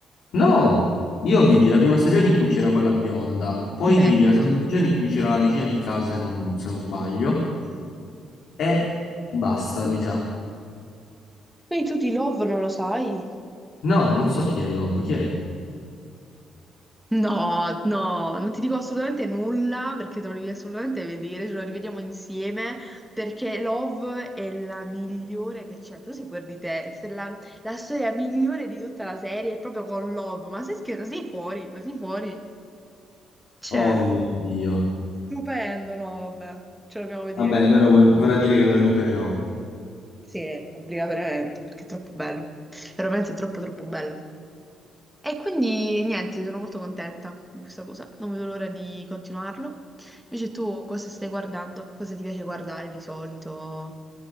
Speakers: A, on the left; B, in the centre.
A: No, io vidi la prima stagione in cui c'era quella bionda, poi
B: Beh,
A: vidi la seconda stagione in cui c'era la vicina di casa, se non, se non sbaglio, e basta, mi sa.
B: Quindi tu di Love non lo sai?
A: No, non so chi è Love, chi è?
B: No, no, non ti dico assolutamente nulla perché te lo devi assolutamente vedere, ce lo rivediamo insieme perché Love è la migliore che c'è. Tu sei quel di te, se la, la storia migliore di tutta la serie è proprio con Love, ma sei scherzo, sei fuori, ma sei fuori. Cioè,
A: Oh mio Dio.
B: stupendo, no, vabbè, ce lo dobbiamo vedere.
A: Vabbè,
B: Comunque,
A: allora vor- vorrà dire che lo recupererò.
B: sì, obbligatoriamente perché è troppo bello, veramente troppo troppo bello. E quindi niente, sono molto contenta di questa cosa. Non vedo l'ora di continuarlo. Invece tu cosa stai guardando? Cosa ti piace guardare di solito